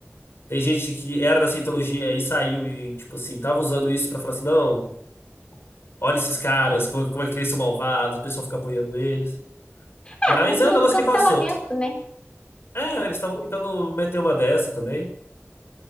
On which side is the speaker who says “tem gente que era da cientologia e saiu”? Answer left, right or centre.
Left